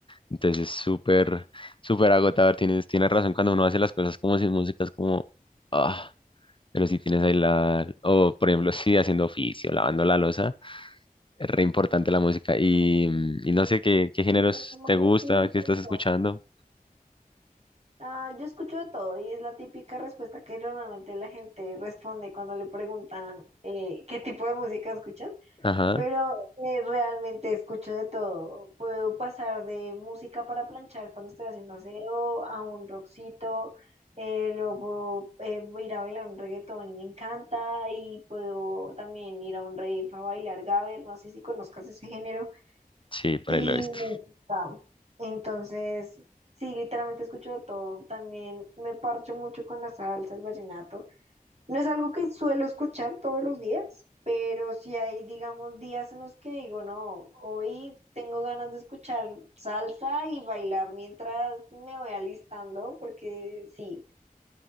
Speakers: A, on the left (about 35°); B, on the right (about 45°).
A: Entonces es súper, súper agotador. Tienes, tienes razón, cuando uno hace las cosas como sin música es como, ah, Pero si tienes ahí la, o por ejemplo, si haciendo oficio, lavando la loza, es re importante la música. Y, mm, y no sé qué, qué géneros
B: Se pasa más
A: te gusta,
B: rápido el
A: qué
B: tiempo.
A: estás escuchando.
B: Ah, yo escucho de todo y es la típica respuesta que normalmente la gente responde cuando le preguntan eh, qué tipo de música escuchas,
A: Ajá,
B: pero eh, realmente escucho de todo. Puedo pasar de música para planchar cuando estoy haciendo aseo a un rockcito, eh, luego eh, ir a bailar un reggaetón y me encanta y puedo también ir a un rave a bailar gabber, no sé si conozcas ese género.
A: sí, por
B: Y
A: ahí lo he visto.
B: me encanta. Entonces, sí, literalmente escucho de todo. También me parcho mucho con la salsa, el vallenato. No es algo que suelo escuchar todos los días, pero si hay, digamos, días en los que digo, no, hoy tengo ganas de escuchar salsa y bailar mientras me voy alistando, porque sí.